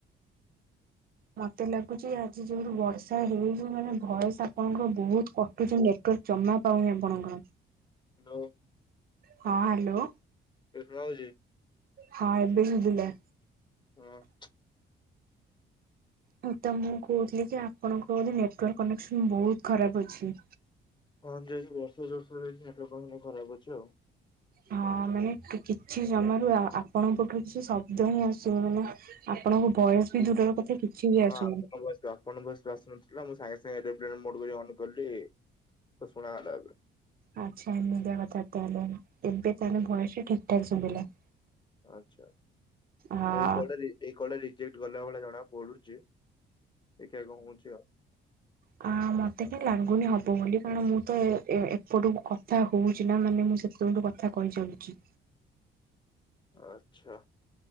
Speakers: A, on the right (about 50°); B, on the left (about 25°).
A: ମତେ ଲାଗୁଚି ଆଜି ଯେହେତୁ ବର୍ଷା ହେଉଛି ମାନେ ଭଏସ ଆପଣଙ୍କର ବହୁତ କଟୁଛି। ଜମା ପାଉନି ଆପଣଙ୍କର।
B: ହ୍ୟାଲୋ।
A: ହଁ ହ୍ୟାଲୋ।
B: ଏବେ ଶୁଣାଯାଉଛି।
A: ହଁ ଏବେ ଶୁଭିଲା
B: ହଁ।
A: ମୁଁ ତମକୁ କହୁଥିଲି କି ଆପଣଙ୍କ ବୋଧେ ନେଟୱାର୍କ କନେକ୍ସନ ବହୁତ ଖରାପ ଅଛି।
B: ହଁ ଦିଦି ଆଜି ବର୍ଷା ଯୋର୍ଶୋରେ ହେଇଚି ନେଟୱର୍କ ସେଥିପାଇଁ ଖରାପ ଅଛି ଆଉ
A: ହଁ ମାନେ କିଛି ଜମାରୁ ଆପଣଙ୍କଠୁ କିଛି ଶବ୍ଦ ହିଁ ଆସୁ ନଥିଲା। ଆପଣଙ୍କ ଭଏସ ବି ଦୂରର କଥା। କିଛି ବି
B: ହଁ <unintelligible>
A: ଆସୁନି।
B: ଆପଣଙ୍କ ଭଏସ ବି ଆସୁନଥିଲା ମୁଁ ସାଙ୍ଗେ ସାଙ୍ଗେ ଏରୋପ୍ଲେନ ମୋଡ କରି ଅନ୍ କଲି ତ ଶୁଣାଗଲା ଏବେ।
A: ଆଚ୍ଛା ଏମିତିଆ କଥା ତାହେଲେ ନା ଏବେ ତାହେଲେ ଭଏସ ଠିକ ଠାକ ଶୁଭିଲା।
B: ଆଚ୍ଛା
A: ହଁ
B: ତ ଏଇ କଆଡେ ଏଇ କଆଡେ ରିଜେକ୍ଟ ଗଲା ଭଳିଆ ଜଣା ପଡୁଛି ଦେଖିଆ କଣ ହଉଚି ଆଉ।
A: ହ ଆ ମୋତେ କହିଁ ଲାଗୁନି ହେବ ବୋଲି କାରଣ ମୁଁ ତ ଏପଟୁକୁ କଥା ହେଉଛି ନା ମାନେ ମୁଁ ସେ କଥା କହି ଚାଲିଚି।
B: ଆଚଛା